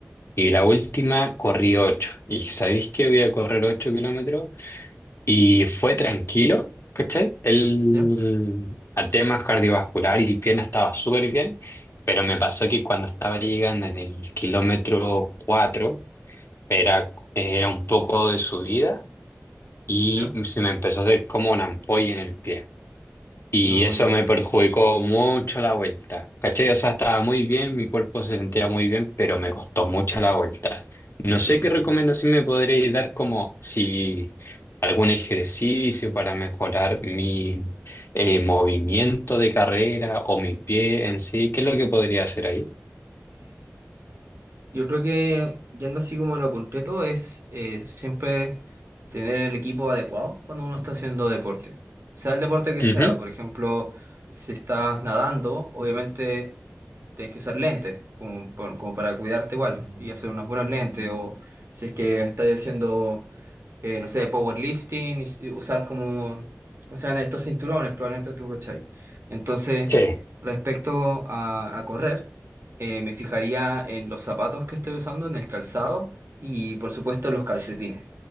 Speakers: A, on the left (about 55°); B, on the right (about 60°).
A: Y la última corrí ocho. Y dije, ¿sabéis qué? Voy a correr ocho kilómetros y fue tranquilo, ¿cachai? El,
B: ya,
A: a temas cardiovascular y pierna estaba súper bien, pero me pasó que cuando estaba llegando en el kilómetro 4 era, era un poco de subida y
B: ya.
A: se me empezó a hacer como una ampolla en el pie. Y
B: No,
A: eso
B: ya,
A: me
B: perfecto.
A: perjudicó mucho la vuelta. ¿Cachai? O sea, estaba muy bien, mi cuerpo se sentía muy bien, pero me costó mucho la vuelta. No
B: Ya,
A: sé
B: perfecto.
A: qué recomendación me podréis dar como si algún ejercicio para mejorar mi eh, movimiento de carrera o mi pie en sí. ¿Qué es lo que podría hacer ahí?
B: Yo creo que, yendo así como a lo concreto, es eh, siempre tener el equipo adecuado cuando uno está haciendo deporte. Sea el deporte que
A: Ujú.
B: sea, por ejemplo, si estás nadando, obviamente tienes que usar lentes, como, por- como para cuidarte igual, y hacer unos buenos lentes, o si es que estás haciendo eh, no sé, powerlifting, y, y usar como, ¿cómo se llaman estos cinturones? Probablemente tú, ¿cachai? Entonces,
A: Sí.
B: respecto a, a correr, eh, me fijaría en los zapatos que estoy usando, en el calzado y, por supuesto, en los calcetines.